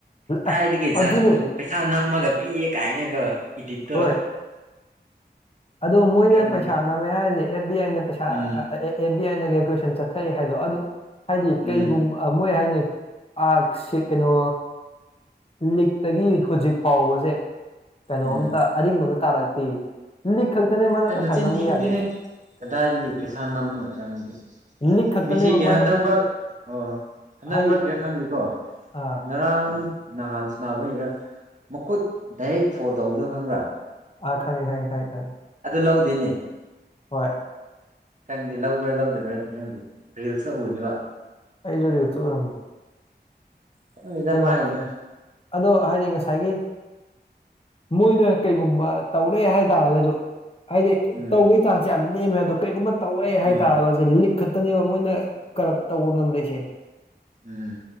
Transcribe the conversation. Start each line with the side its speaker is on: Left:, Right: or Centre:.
Right: ꯀꯥꯏꯗꯒꯤ
Left: ꯑꯦ
Right: ꯖꯥꯖꯄꯨ
Left: ꯑꯗꯨꯅꯤ
Right: ꯄꯩꯁꯥ ꯅꯝꯃꯒ ꯄꯤꯑꯦ ꯀꯥꯏꯅꯒꯣ ꯏꯗꯤꯠꯇꯣ
Left: ꯍꯣꯏ ꯑꯗꯣ ꯃꯣꯏꯅ
Right: ꯈꯪꯗꯦꯅꯦ
Left: ꯄꯩꯁꯥ ꯅꯝꯃꯦ ꯍꯥꯏꯔꯤꯁꯦ ꯑꯦꯐ ꯕꯤ ꯑꯥꯏꯅ ꯄꯩꯁꯥ
Right: ꯎꯝ
Left: ꯑꯦꯐ ꯕꯤ ꯑꯥꯏꯗ <unintelligible> ꯆꯠꯊꯔꯤ ꯍꯥꯏꯗꯣ ꯑꯗꯨ ꯍꯥꯏꯗꯤ
Right: ꯎꯝ
Left: ꯀꯩꯒꯨꯝꯕ ꯃꯣꯏ ꯍꯥꯏꯅꯤ ꯑ ꯁꯤ ꯀꯩꯅꯣ ꯂꯤꯛꯇꯒꯤ ꯍꯧꯖꯤꯛ ꯐꯥꯎꯕꯁꯦ ꯀꯩꯅꯣꯝꯇ
Right: ꯎꯝ
Left: ꯑꯔꯤꯡꯕ ꯑꯃ ꯇꯥꯔꯛꯇꯦꯌꯦ ꯂꯤꯛ ꯈꯛꯇꯅꯦ ꯃꯥꯅ
Right: ꯑꯩ
Left: ꯄꯥꯩꯁꯥ
Right: ꯃꯆꯤꯟ
Left: ꯅꯝꯕ
Right: ꯊꯤꯕꯅꯦꯍꯦ
Left: ꯌꯥꯗꯩꯁꯤ
Right: ꯀꯗꯥꯏꯗꯒꯤ ꯄꯩꯁꯥ ꯅꯝꯃꯒ ꯆꯪꯗꯤ
Left: ꯂꯤꯛ ꯈꯛꯇꯅꯦꯕ
Right: ꯃꯤꯁꯤꯒꯤ
Left: ꯃꯥꯅ
Right: ꯍꯟꯗꯛ ꯃꯔꯛ ꯑꯣ ꯍꯟꯗꯛ
Left: ꯍꯥꯏꯗꯤ
Right: ꯃꯔꯛꯇ ꯈꯪꯗꯦꯀꯣ
Left: ꯑꯥ
Right: ꯉꯔꯥꯡ ꯅꯍꯥꯟ ꯁꯥꯟꯅꯕꯩꯔ ꯃꯈꯨꯠ ꯗꯥꯏꯔꯦꯛ ꯐꯣꯜ ꯇꯧꯕꯗꯣ ꯈꯪꯕ꯭ꯔ
Left: ꯑ ꯈꯪꯉꯦ ꯈꯪꯉꯦ ꯈꯪꯉꯦ ꯈꯪꯉꯦ
Right: ꯑꯗꯨ ꯂꯧꯗꯦꯅꯦ
Left: ꯍꯣꯏ
Right: ꯈꯪꯗꯦ ꯂꯧꯕ꯭ꯔ ꯂꯧꯗꯕ꯭ꯔꯗꯤ ꯈꯪꯗꯦ ꯔꯤꯜꯁꯇ ꯎꯏꯕ
Left: ꯑꯩꯖꯨ ꯔꯤꯜꯁꯇ ꯎꯔꯝꯃꯤ
Right: ꯈꯪꯗꯦꯗ
Left: ꯀꯩꯅꯣ
Right: ꯃꯥꯏꯗꯣ
Left: ꯑꯗꯣ ꯍꯥꯏꯗꯤ ꯉꯁꯥꯏꯒꯤ ꯃꯣꯏꯅ ꯀꯩꯒꯨꯝꯕ ꯇꯧꯔꯦ ꯍꯥꯏꯇꯥꯔꯒꯁꯨ ꯍꯥꯏꯗꯤ
Right: ꯎꯝ
Left: ꯇꯧꯕꯒꯤ ꯆꯥꯟꯁ ꯌꯥꯝ ꯅꯦꯝꯃꯦ ꯑꯗꯨ ꯀꯩꯒꯨꯝꯕ ꯇꯧꯔꯦ ꯍꯥꯏꯇꯥꯥꯔꯒꯁꯨ
Right: ꯎꯝ
Left: ꯂꯤꯛ ꯈꯛꯇꯅꯦꯕ ꯃꯣꯏꯅ ꯀꯔꯞ ꯇꯧꯕ ꯉꯝꯂꯛꯁꯦ
Right: ꯎꯝ